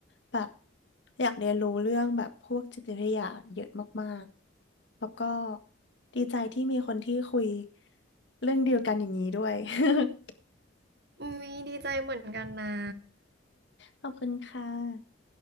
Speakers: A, on the left; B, on the right.
A: แบบอยากเรียนรู้เรื่องแบบพวกจิตวิทยาเยอะมากๆแล้วก็ดีใจที่มีคนที่คุยเรื่องเดียวกันอย่างนี้ด้วย <laughs>
B: อุ้ยดีใจเหมือนกันนะ
A: ขอบคุณค่ะ